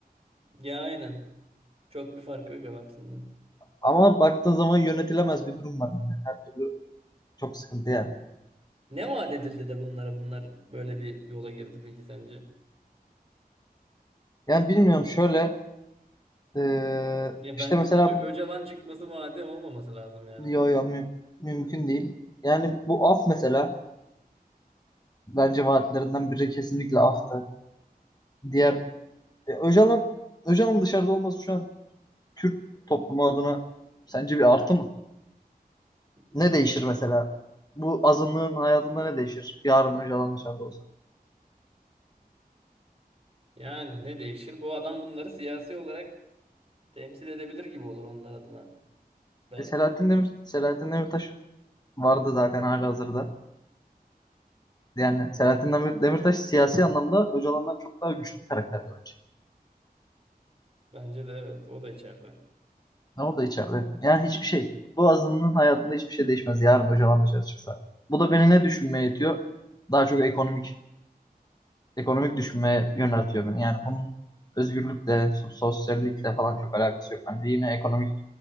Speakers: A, on the right (about 40°); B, on the left (about 25°).
A: Ya aynen. Çok bir farkı yok hepsinden.
B: Ama baktığın zaman yönetilemez bir durum var yine. Her türlü çok sıkıntı yani.
A: Ne vaat edildi de bunlara bunlar böyle bir yola girdi peki sence?
B: Yani bilmiyorum şöyle eee,
A: Ya
B: işte
A: bence
B: mesela
A: sadece Öcalan çıkması vaadi olmaması lazım yani.
B: yo
A: bu.
B: yo mü- mümkün değil. Yani bu af mesela bence vaatlerinden biri kesinlikle aftı. Diğer e, Öcalan Öcalan'ın dışarıda olması şu an Kürt toplumu adına sence bir artı mı?
A: Değil.
B: Ne değişir mesela? Bu azınlığın hayatında ne değişir? Yarın Öcalan dışarıda olsa.
A: Yani ne değişir? Bu adam bunları siyasi olarak temsil edebilir gibi olur onlar adına. Belki.
B: E, Selahattin Demir Selahattin Demirtaş vardı zaten halihazırda. Yani Selahattin Demir- Demirtaş siyasi anlamda Öcalan'dan çok daha güçlü bir karakter bence.
A: Bence de evet o da içeride.
B: Ama o da içeride. Yani hiçbir şey. Bu azınlığın hayatında hiçbir şey değişmez. Yarın Öcalan dışarı çıksa. Bu da beni ne düşünmeye itiyor? Daha çok ekonomik ekonomik düşünmeye yöneltiyor beni. Yani bunun özgürlükle, so- sosyallikle falan çok alakası yok. Bence yine ekonomik